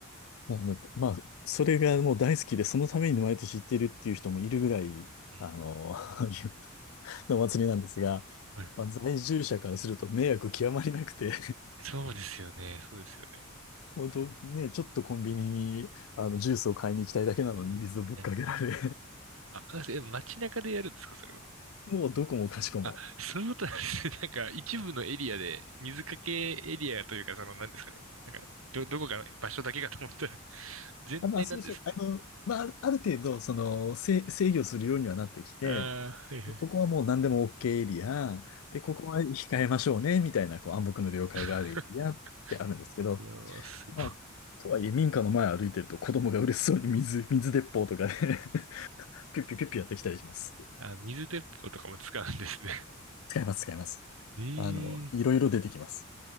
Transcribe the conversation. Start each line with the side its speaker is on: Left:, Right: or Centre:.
Left: なるほまあ、それがもう大好きで、そのために毎年行ってるっていう人もいるぐらい、
Right: うん
Left: あの、<laughs> のお祭りなんですが、
Right: はい。
Left: まあ、在住者からすると迷惑極まりなくて
Right: そうですよね。そうですよね。
Left: <laughs> 本当ね、ちょっとコンビニにあのジュースを買いに行きたいだけなのに水をぶっかけられ
Right: ねあ、あえ街中でやるんですか、それは。
Left: <laughs> もうどこもかしこも
Right: あ、そういうことなんですね。<laughs> なんか、一部のエリアで、水かけエリアというか、その、なんですかね。なんか、ど、どこかの場所だけかと思ったら、<laughs> 全体なんですね。
Left: あまあ、そうであの、まあ、あるある程度、その、制制御するようにはなってきて、
Right: ああ、はいはい。
Left: ここはもう何でも OK エリア、で、ここは控えましょうね、みたいな、こう、暗黙の了解があるエリアってあるんですけど、
Right: <laughs> いやー、すごい。
Left: まあ、とはいえ、民家の前歩いてると子供が嬉しそうに水、水鉄砲とかね <laughs> ピュッピュッピュッピュやってきたりします。
Right: あ、水鉄砲とかも使うんですね。
Left: 使います、使います。
Right: ええ
Left: あの、いろいろ出てきます。